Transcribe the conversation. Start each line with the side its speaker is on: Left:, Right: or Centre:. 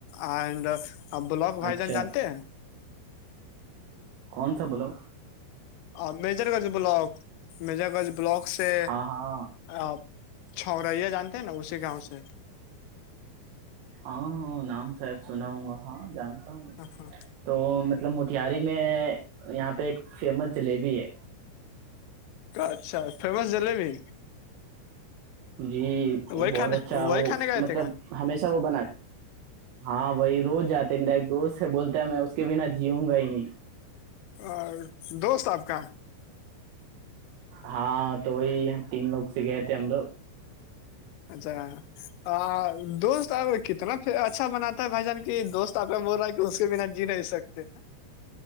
Left: اینڈ بلک وائی
Right: اچھا
Left: جان جانتے ہیں
Right: کون سا بولاو
Left: آ مجر گنج بلاک مجر گنج بلاک سے
Right: ہاں ہاں
Left: آ چھوریا جانتے ہیں نا اسی گاؤں سے
Right: ہاں نام شاید سناؤں گا ہاں جانتا ہوں
Left: ہ ہاں <inaudible>
Right: تو مطلب موتاری میں یہاں پہ ایک فیمس جلیبی ہے
Left: اچھا فیمس جلیبی
Right: جی وہ
Left: وہی
Right: بہت
Left: کھانے
Right: اچھا
Left: وہی
Right: وہ
Left: کھانے گئے
Right: مطلب
Left: تھے
Right: ہمیشہ وہ بنا ہاں وہی روز جاتے میرا ایک دوست سے بولتا ہے میں اس کے بنا جیؤوں گا ہی نہیں
Left: اور دوست آپ کا
Right: ہاں تو وہی ہم تین لوگ سے گئے تھے ہم لوگ
Left: اچھا دوست آپ کتنا اچھا بناتا ہے بھائی جان کی دوست آپ بول رہا ہے کہ اس کے بنا جی نہیں سکتے ہیں